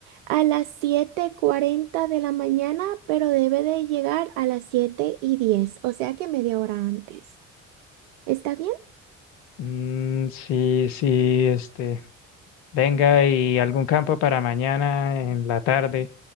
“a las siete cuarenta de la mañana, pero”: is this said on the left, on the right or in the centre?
Right